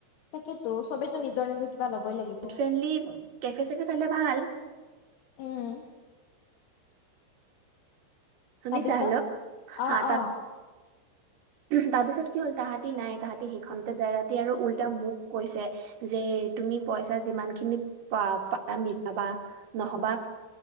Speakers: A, on the left; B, on the right.
A: তাকেতো সবেতো নিজৰ নিজৰ কিবা ল'বই লাগিব
B: ফ্ৰেণ্ডলি কেফে চেফে চালে ভাল।
A: উম
B: শুনিছা
A: তাৰপিছত
B: হেল্ল' হা
A: অ অ
B: তাৰ পিছত কি হ'ল তাহাঁতি নাই তাহাঁতি সেইখনতে যায় তহাঁতি আৰু উল্টা মোক কৈছে যে তুমি পইচা যিমান খিনি পা পাৰা মিলাবা নহবা